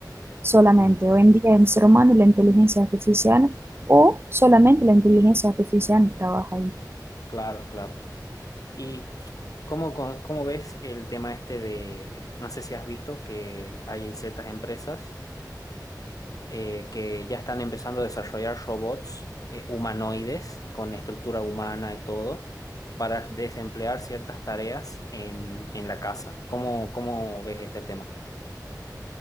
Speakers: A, on the right (about 35°); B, on the left (about 55°).
A: solamente.
B: Mm,
A: Hoy en día el ser humano y la inteligencia artificial o solamente la inteligencia artificial trabaja ahí.
B: claro, claro. ¿Y cómo, con- cómo ves el tema este de, no sé si has visto que hay ciertas empresas? eh, que ya están empezando a desarrollar robots eh, humanoides con estructura humana y todo para desemplear ciertas tareas en, en la casa. ¿Cómo, cómo ves este tema?